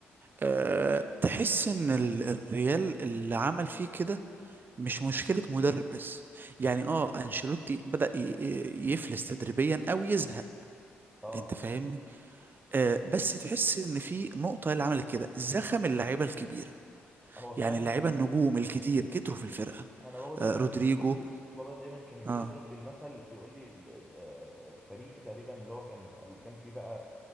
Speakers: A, on the right; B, in the centre.
A: أه تحس ان ال- الريال اللي عمل فيه كده مش مشكلة مدرب بس يعني اه انشيلوتي بدأ ي- ي- يفلس تدريبيا او يزهق
B: اه
A: انت فاهمني أه بس تحس ان في نقطة اللي عملت كده زخم اللعيبة الكبيرة
B: هو فعلا
A: يعني اللعيبه النجوم الكتير كتروا في الفرقه
B: انا بابا دايما
A: آه رودريجو
B: كان يقول لي بابا دايما كان يقول
A: اه
B: لي اضرب بالمثل يقول لي ال- آه، فريق تقريبا اللي هو كان اللي كان فيه بقى